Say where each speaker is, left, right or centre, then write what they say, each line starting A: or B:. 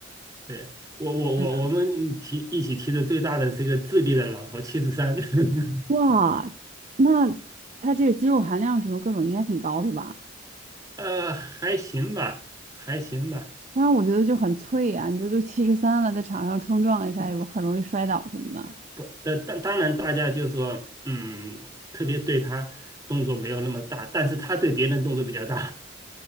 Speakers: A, on the right; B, on the right.
A: 对，我我我我们提一起提的最大的是一个智利的老头七十三，
B: 是的，
A: <laughs>
B: 哇，那他这个肌肉含量什么各种应该挺高的吧？
A: 呃，还行吧，还行吧，
B: 不然我觉得就很脆呀、你这都七十三了，在场上冲撞一下，也很容易摔倒什么的，
A: 不，呃，当当然大家就说，嗯，特别对他动作没有那么大，但是他对别人动作比较大，